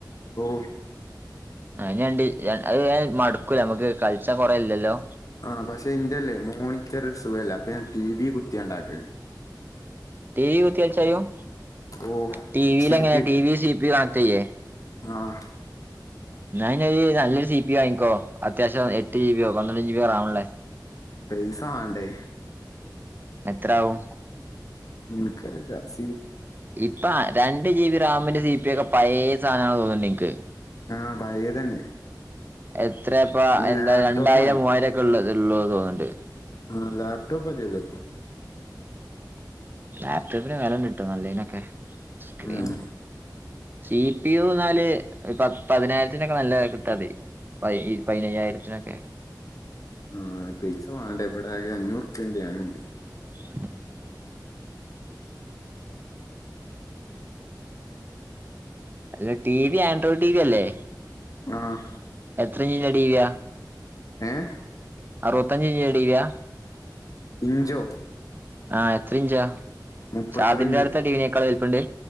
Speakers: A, on the left; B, on the right.
A: ഓഹ്
B: <unintelligible> അത് വേം മട്ക്കൂലെ മ്മക്ക് കൾച്ചാ കൊറേ ഇല്ലല്ലൊ
A: ആഹ് പഷെ ഇന്റല്ലെ മോണിറ്ററ് സുഖല്ല. അപ്പൊ ഞാൻ ട്ടീ വി കുത്ത്യാണ്ടാക്കല്
B: ട്ടീ വി കുത്ത്യേച്ച യ്യും
A: ഓ
B: ട്ടീ വിലങ്ങനെ
A: സി P
B: T V C P കണക്റ്റയ്യെ
A: ആഹ്
B: ന്നാ ഞ് ഇയ്യ് നല്ലൊര് സീപി വാങ്ങിക്കൊ. അത്യാവശ്യം എട്ട് ജീബിയൊ പന്ത്രണ്ട് ജീ ബിയൊ റാമ് ള്ളെ
A: പൈസ വാണ്ടെ
B: എത്രാവും
A: ഇൻക്കറീല സീ
B: ഇപ്പ രണ്ട് ജീ ബി റാമിന്റെ സീ പ്യൊക്കെ പഴേ സാനാണ് തോന്ന്ണ്ട്ൻക്ക്
A: ആഹ് പയേതെന്നെ
B: എത്രെപ്പ എന്ത
A: ലാപ്ടോപ്പ്
B: രണ്ടായിരം മൂവ്വായിരൊക്കെ ഉള്ള് ഉള്ളൂ തോന്ന്ണ്ട്
A: ആ ലാപ്ടോപ്പ് മതിയല്ലോ
B: ലാപ്ടോപ്പിന് വെലണ്ട്ട്ടൊ നല്ലീനൊക്കെ സ്ക്രീൻ
A: ഉം
B: സീ പി യു ന്നാല് പ പതിനായിരത്തിനൊക്കെ നല്ല കിട്ടാണ്ടെ പയി പയ്നയ്യായിരത്ത്നൊക്കെ
A: ആഹ് പൈസ വാണ്ടെ ഇവടാകെ അഞ്ഞൂർപ്യണ്ട് ഞാനുണ്ട്
B: ഉം അല്ല T V Android T V അല്ലെ
A: ആഹ്
B: എത്രീന്റ ട്ടീവ്യാ
A: ഏഹ്
B: അറുബത്ത്ഞ്ച് ഞ്ച്ന്റെ ട്ടീവ്യ
A: ഇഞ്ചൊ
B: ആഹ് എത്ര ഇഞ്ച
A: മുപ്പത്തിരണ്ട്
B: ഷാദിൽന്റെട്ത്ത ട്ടീ വിനെക്കാളു വൽപ്പണ്ട്